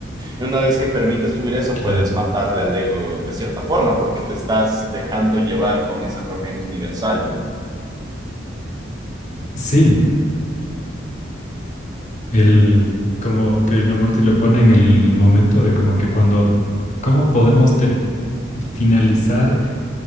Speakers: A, on the right (about 20°); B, on the left (about 40°).
A: Una vez que permites fluir eso,
B: claro.
A: puedes matarle al ego de cierta forma, porque te estás dejando llevar con esa corriente universal, ¿no?
B: Sí, el, como Krishnamurti lo pone en el momento de como que cuando, ¿cómo podemos ter- finalizar